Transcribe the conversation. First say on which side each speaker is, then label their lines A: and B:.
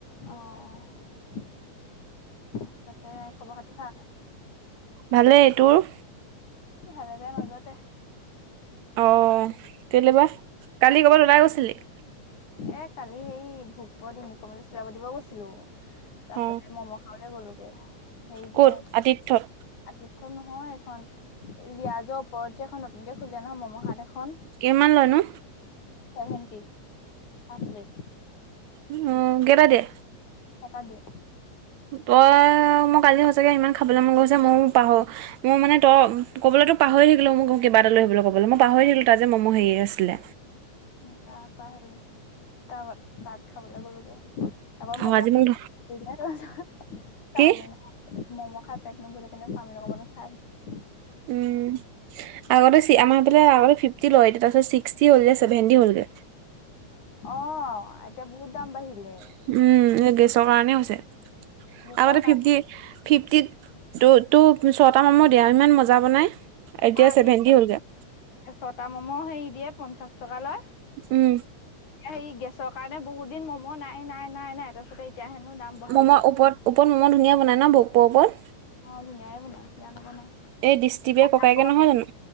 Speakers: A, on the left; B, on the right.
A: অ তাৰপিছতে খবৰ-খাতি ভাল?
B: ভালে তোৰ?
A: ভালে-বেয়া মাজতে।
B: অঁ কেলৈবা, কালি ক'ৰবাত ওলাই গৈছিলি?
A: এ কালি হেৰি ভোকত ইউনিফৰ্ম এযোৰ চিলাব দিব গৈছিলো, তাৰ
B: অ
A: পিছতে ম'ম খা খাবলে গলোগে এই
B: ক'ত
A: যে
B: আতিথ্যত?
A: আতিথ্য নহয় এখন, ৰিয়াজৰ ওপৰত যে এখন নতুনকে খুললেে নহয় ম'ম হাত এখন।
B: কেইমান লয়নো?
A: চেভেণ্টি, সাফপ্লেট।
B: উম কেইটা দিয়ে?
A: চটা দিয়ে।
B: তই মোক আজি সঁচাকে ইমান খাবলৈ মন গৈছে, মইও পাহো মই মানে তই ক'বলৈ তো পাহৰি থাকিলো মোক কিবা এটা লৈ আহিবলৈ ক'বলৈ, মই পাহৰি থাকিলো তা যে মোৰ হেৰি আছিলে।
A: উ তাৰ পৰা সেই তাৰপ তাত খাবলৈ গ'লোগে। তাৰপা
B: অ
A: মম'
B: আজি মোক
A: চাওমিন
B: কি
A: ম'ম' খাই পেট নভৰিলে কানে স্বামীন অকণমানো খাই আহিছিলো।
B: উম আগতে চি আমাৰ আগতে ফিফটি লৈ, তাৰপিত ছিক্সি হলগে, এতিয়া চেভেন্টি হলগে।
A: অ এতিয়া বহুত দাম বাঢ়িলে।
B: উম এই গেছৰ কাৰণেই হৈছে।
A: গেছৰ
B: আগতে
A: কাৰণে
B: ফিফটি ফিপটিত টু ছ'টা মামৰ দিয়া আৰু ইমান মজা বনাই, এতিয়া
A: ৰাতিত
B: ছেভেণ্টি হ'লগে।
A: ছটা ম'ম' হেৰি দিয়ে পঞ্চাশ টকা লয়।
B: উম।
A: এই গেছৰ কাৰণে বহুত দিন মম' নাই, নাই, নাই, নাই তাৰ পিছতে এতিয়া হেনো দাম বঢ়াই
B: ম'মৰ
A: দিলে
B: ওপৰত, ওপৰত মম' ধুনীয়া বনাই ন ভোক পৰ ওপৰত?
A: অ ধুনীয়াই বনাই, বেয়া নবনাই।
B: এই দৃষ্টিবে ককাইকে
A: আগতে
B: নহয় জানো?